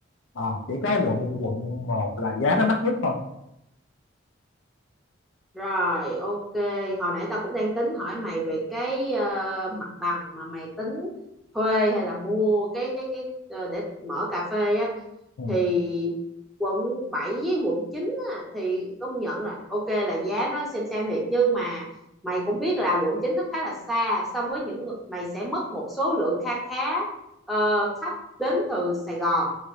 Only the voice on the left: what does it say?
Ờ, chỉ có quận quận một là giá nó mắc nhất thôi
ừ,